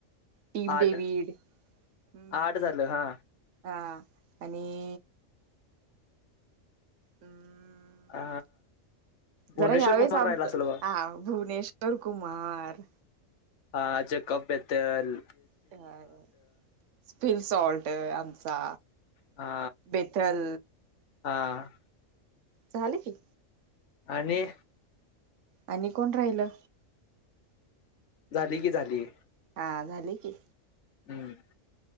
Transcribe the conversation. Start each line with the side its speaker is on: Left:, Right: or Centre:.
Right: टीम
Left: आठ
Right: डेविड हम्म
Left: आठ झालं हा
Right: हा आणि हम्म
Left: अ, भुवनेश्वर
Right: जरा ह्या वेळेस
Left: कुमार
Right: आमचं
Left: राहिला असेल बघ
Right: हा भुवनेश तरकुमार
Left: हा ज्या कप आहे त्याल
Right: <inaudible> स्पिन सॉल्ट आमचा
Left: हा
Right: बेथल
Left: हा.
Right: झाले की.
Left: आणि
Right: आणि कोण राहिलं?
Left: झाली की झाली.
Right: आ झाले की.
Left: हम्म